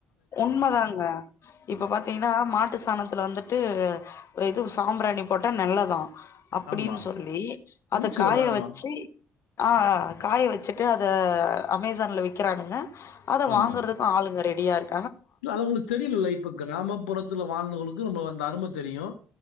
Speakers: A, on the left (about 55°); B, on the left (about 80°).
A: உண்மதாங்க இப்ப பாத் பாத்தீங்கன்னா மாட்டு சாணத்துல வந்துட்டு இது சாம்பிராணி போட்டா நல்லதான் அப்படின்னு
B: ஆமா.
A: சொல்லி அத
B: நேச்சுரல்
A: காய
B: ஆமா,
A: வச்சி ஆ காய வச்சுட்டு அத அமேசான்ல விக்கிறானுங்க அத
B: ஆமா.
A: வாங்கறதுக்கு ஆளுங்க ரெடியா இருக்
B: இல்ல அது அவுங்களுக்கு தெரியலல்ல இப்ப கிராமப்புறத்துல வாழ்ந்தவங்களுக்கு நம்ம அந்த அரும தெரியும்